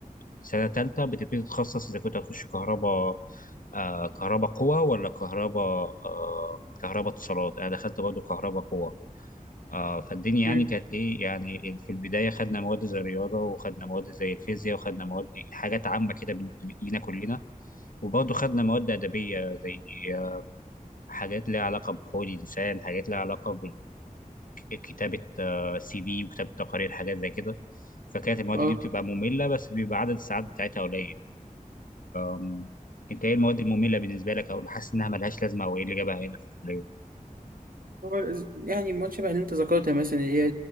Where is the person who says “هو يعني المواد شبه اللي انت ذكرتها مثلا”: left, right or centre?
Right